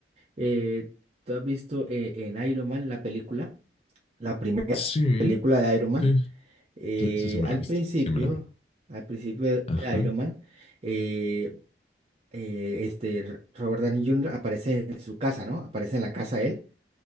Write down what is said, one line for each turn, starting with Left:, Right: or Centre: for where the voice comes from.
Right: eh, ¿tú has visto eh, en Iron Man la película? La primera
Left: Sí,
Right: película de Iron Man.
Left: sí,
Right: eh,
Left: cl- sí, sí me
Right: al
Left: la viste,
Right: principio,
Left: sí me la vi.
Right: al principio de
Left: Ajá,
Right: Iron Man, eh, eh, este Robert Downey Jr. aparece en su casa, ¿no? Aparece en la casa él